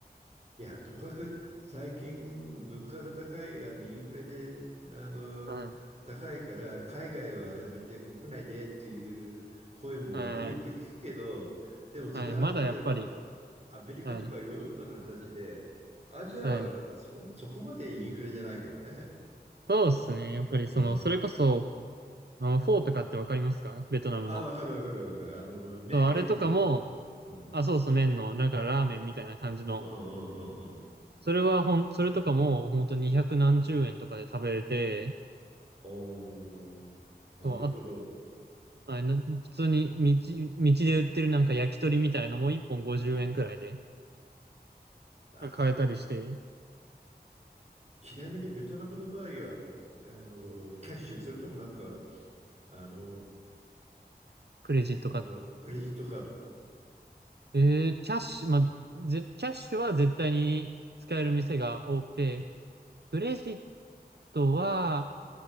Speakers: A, on the right; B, on the right.
A: いや、とかく最近物価が高い、あのインフレで、あの、
B: はい。
A: 高いから海外はやめて国内でっていう声もよく聞くけど、
B: はい。
A: でもそれはあくまでも
B: はい。まだやっぱり。
A: アメリカとかヨーロッパの話で、
B: はい。
A: アジアはそ、
B: はい。
A: そこまでインフレじゃないからね。
B: そうですね。やっぱりその、
A: うん。
B: それこそ、あの、フォーとかってわかりますかベトナムの。
A: ああ、わかるわかるわかる。あの、め、
B: そう、
A: 麺の、
B: あれとかも、
A: うん。うん
B: あ、そうそう、麺の、なんかラーメンみたいな感じの。
A: うんうんうん。
B: それはほん、それとかも、ほんと200何十円とかで食べれて、
A: おー、なるほど。
B: そう、あ、あな普通に道、道で売ってるなんか焼き鳥みたいのも1本50円くらいで
A: ああ。
B: なんか買えたりして、
A: ちなみにベトナムの場合は、あの、キャッシュ、それともなんか、あの
B: クレジットか。
A: あの、クレジットカード。
B: えー、キャッシュ、まあ、ぜキャッシュは絶対に使える店が多くて、クレジットは、